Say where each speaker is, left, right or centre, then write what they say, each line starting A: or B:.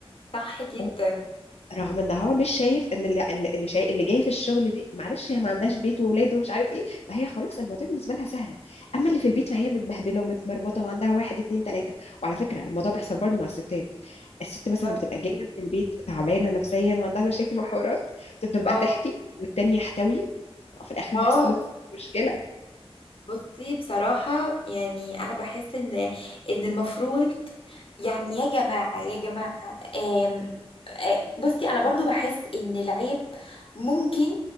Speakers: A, on the left; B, on the left.
A: صح جدا
B: آه، رغم ان هو مش شايف ان اللي اللي اللي شايف اللي جايه في الشغل دي معلش هي ما عندهاش بيت واولاده ومش عارف ايه فهي خلاص الموضوع بالنسبه لها سهله اما اللي في البيت فهي متبهدله ومتمرمطه وعندها واحد اتنين تلاته وعلى فكره الموضوع بيحصل برضو مع الستات الست مثلا
A: بالظبط.
B: لما بتبقى جايه من البيت تعبانه نفسيا وعندها مشاكل وحوارات تفضل بقى
A: اه
B: تحكي والتاني يحتوي في الاخر
A: اه
B: نحصل مشكله
A: بصي بصراحة يعني أنا بحس إن إن المفروض يعني يا جماعة يا جماعة آم، آه، بصي أنا برضو بحس إن العيب ممكن